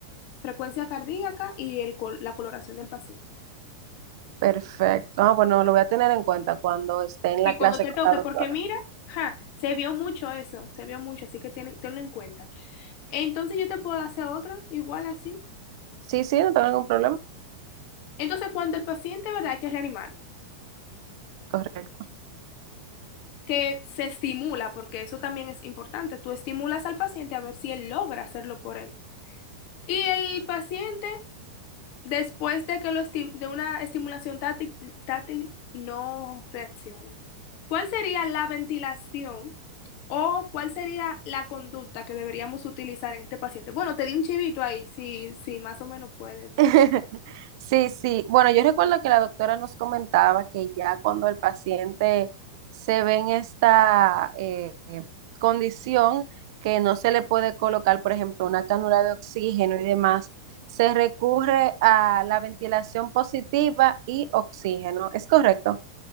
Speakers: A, on the left (about 50°); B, on the right (about 60°).
A: frecuencia cardíaca y el col- la coloración del paciente.
B: Perfecto. Ah, bueno, lo voy a tener en cuenta cuando esté en
A: Y
B: la
A: cuando
B: clase
A: te
B: con
A: toque,
B: la doctora.
A: porque mira, ja, se vio mucho eso, se vio mucho, así que tiene tenlo en cuenta. Entonces yo te puedo hacer otra, igual así.
B: Sí, sí, no tengo ningún problema.
A: Entonces cuando el paciente, ¿verdad? Hay que reanimarlo,
B: Correcto.
A: que se estimula, porque eso también es importante. Tú estimulas al paciente a ver si él logra hacerlo por él. Y el paciente Después de que lo esti- de una estimulación táctil, táctil no reacciona. ¿Cuál sería la ventilación o cuál sería la conducta que deberíamos utilizar en este paciente? Bueno, te di un chivito ahí, si, si más o menos puedes.
B: <laughs> Sí, sí. Bueno, yo recuerdo que la doctora nos comentaba que ya cuando el paciente se ve en esta eh, condición que no se le puede colocar, por ejemplo, una cánula de oxígeno y demás, se recurre a la ventilación positiva y oxígeno. ¿Es correcto?